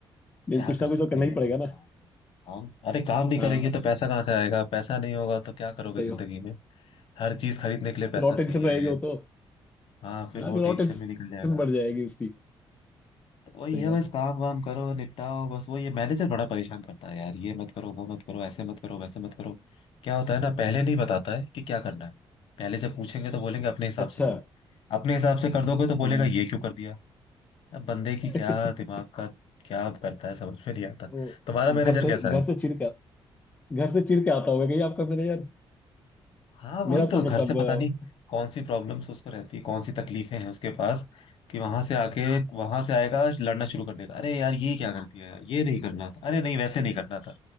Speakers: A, on the left (about 15°); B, on the left (about 65°).
A: लेकिन
B: क्या
A: कुछ
B: कर
A: ना
B: सकते
A: कुछ तो करना
B: हैं
A: ही
B: यार।
A: पड़ेगा ना
B: काम काम- अरे काम नहीं
A: हाँ
B: करेंगे तो पैसा कहाँ से आएगा पैसा नहीं होगा तो क्या
A: सही
B: करोगे जिंदगी में हर चीज खरीदने के लिए
A: फिर
B: पैसा
A: और टेंशन
B: चाहिए
A: रहेगी वो तो
B: हाँ फिर
A: हाँ
B: वो
A: फिर और
B: टेंशन
A: टेंशन
B: में निकल जाएगा
A: बढ़ जाएगी उसकी
B: वही
A: सही
B: है
A: बात
B: बस
A: है
B: काम वाम करो निपटाओ बस वही है मैनेजर बड़ा परेशान करता है यार ये मत करो वो मत करो ऐसे मत करो वैसे मत करो क्या होता है ना पहले नहीं बताता है कि क्या करना है पहले जब पूछेंगे तो बोलेंगे अपने हिसाब
A: अच्छा
B: से करो अपने हिसाब से कर दोगे तो बोलेगा
A: हाँ
B: ये क्यों कर दिया अब बंदे की
A: <laughs>
B: क्या दिमाग का क्या करता है समझ में नहीं आता
A: वो
B: तुम्हारा
A: घर
B: मैनेजर
A: से
B: कैसा
A: घर
B: है
A: से चिढ़ कर घर से चिढ़ के आता होगा कहीं आपका मैनेजर
B: हाँ वही
A: मेरा
B: तो
A: तो
B: घर
A: मतलब
B: से
A: अ,
B: पता नहीं कौन सी प्रॉब्लम्स उसको रहती कौन सी तकलीफें हैं उसके पास कि वहां से आके वहां से आएगा लड़ना शुरू कर देगा अरे यार ये क्या गलती है यार ये नहीं करना था अरे नहीं वैसे नहीं करना था